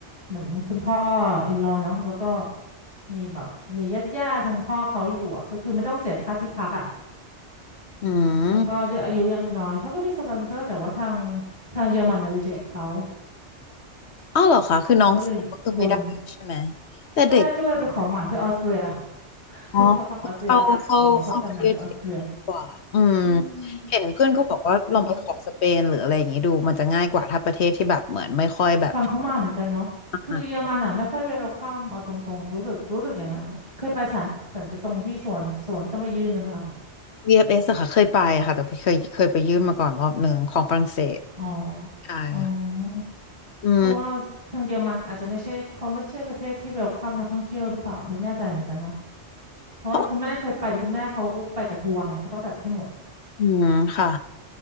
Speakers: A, on the right (about 25°); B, on the left (about 65°).
A: เหมือนคุณพ่ออินลอเนาะแล้วก็มีแบบมีญาติญาติทางพ่อเขาอยู่อ่ะก็คือไม่ต้องเสียค่าที่พักอ่ะ
B: อื
A: แล้วก็ด้วยอายุยังน้อยเขาก็มีสปอนเซอร์แต่ว่าทาง
B: ม
A: ทางเยอรมันรีเจคเขา
B: อ้าวเหรอคะคือน้องสาวก็คือไม่ได้ใช่ไหม
A: ก็เลยโดน
B: แต่เด็ก
A: ใช่ก็เลยไปขอหมายที่ออสเตรีย <laughs>
B: อ๋อ
A: คือเขาทางออสเตรียก็ได้อะไรเงี้ยเพราะเขาทำงานที่ออสเตรีย
B: เข้าเข้าเข้าประเทศเดง่ายกว่าอืม
A: อืม
B: เห็นเพื่อนก็บอกว่าลองไปขอสเปนหรืออะไรอย่างนี้ดูมันจะง่ายกว่าถ้าประเทศที่แบบเหมือนไม่ค่อยแบบ
A: ใช่แต่เรา ฟังเขามาเหมือนกันเนาะคือเยอรมันอ่ะไม่ค่อยเวลคัมเอาตรงๆรู้สึกรู้สึกอย่างนั้น
B: อ่า
A: เคยไปศาลแต่ตรงที่สวนสวนที่ต้องไปยื่นนะไหมคะ
B: VFS อฟเอสอะค่ะเคยไปอะค่ะแต่เคยเคยไปยื่นมาก่อนรอบหนึ่งของฝรั่งเศส
A: อ๋อ
B: ใช่ค่ะ
A: อ๋อ
B: อืม
A: เพราะว่าเครื่องเยอรมันอาจจะไม่ใช่เขาไม่ใช่ประเทศที่เวลคัมนักท่องเที่ยวหรือเปล่าไม่แน่ใจเหมือนกันเนาะเพราะว่าคุณแม่เคยไปแต่คุณแม่เขาไปกับทัวร์ไงเขาก็จัดให้หมด
B: เพราะอืมค่ะ